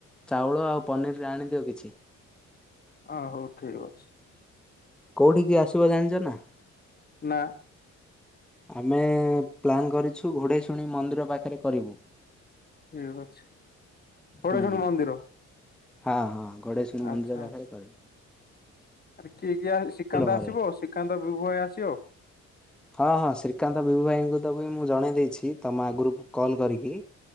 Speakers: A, in the centre; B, on the left.
A: ଚାଉଳ ଆଉ ପନିର ଆଣିଦିଅ କିଛି।
B: ଅଁ ହଉ ଠିକ ଅଛି।
A: କୋଉଠିକି ଆସିବ ଜାଣିଛ ନା?
B: ନା।
A: ଆମେ ପ୍ଲାନ୍ କରିଛୁ ଘୋଡ଼େଇ ଶୁଣି ମନ୍ଦିର ପାଖରେ କରିବୁ।
B: ଠିକ ଅଛି। ଷୋଡେଶ୍ଵରୀ
A: ହୁଁ ହୁଁ
B: ମନ୍ଦିର
A: ହଁ ହଁ ଘୋଡ଼େଇ ଶୁଣି
B: ଆଚ୍ଛା
A: ମନ୍ଦିର
B: ଆଚ୍ଛା।
A: ପାଖରେ କରିବି।
B: ଆରେ କିଏ କିଏ ଆସି ଶ୍ରୀକାନ୍ତ
A: ଘରେ?
B: ଆସିବ ଶ୍ରୀକାନ୍ତ ବିବୁ ଭାଇ ଆସିବ?
A: ହଁ ହଁ ଶ୍ରୀକାନ୍ତ ବିଭୁ ଭାଇଙ୍କୁ ତ ବି ମୁଁ ଜଣେଇ ଦେଇଛି ତମ ଆଗରୁ କଲ୍ କରିକି।